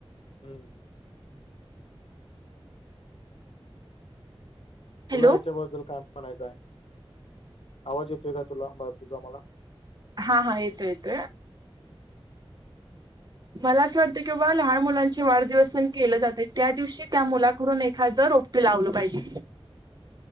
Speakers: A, on the left (about 75°); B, on the right (about 45°).
A: हं
B: हॅलो
A: तुला याच्याबद्दल काय म्हणायचं आहे आवाज येतोय का तुला तुझा मला.
B: हा हा येतो येत मला असं वाटतं की बाबा लहान मुलांचे वाढदिवस केले जाते त्या दिवशी त्या मुलाकडून एखाद रोप लावलं पाहिजे.